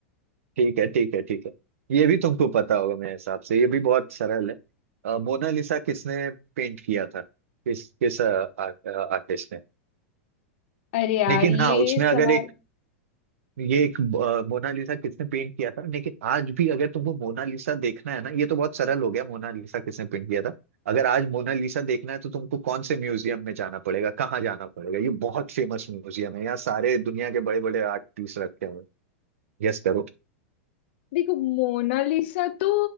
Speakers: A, on the right; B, on the left.
A: ठीक है ठीक है ठीक है ये भी तुमको पता होगा मेरे हिसाब से ये भी बहुत सरल है अ, मोनालिसा किसने पेंट किया था किस किस आर्टिस्ट ने
B: अरे यार
A: लेकिन
B: ये
A: हाँ उसमें अगर
B: सवाल
A: एक ये एक अ, मोनालिसा किसने पेंट किया था लेकिन आज भी अगर तुमको मोनालिसा देखना है ना ये तो बहुत सरल हो गया मोनालिसा किसने पेंट किया था अगर आज मोनालिसा देखना है तो तुमको कौन से म्यूजियम में जाना पड़ेगा कहाँ जाना पड़ेगा ये बहुत फेमस म्यूजियम है यहाँ सारे दुनिया के बड़े बड़े आर्ट पीस रखे हुए गेस करो
B: देखो मोनालिसा तो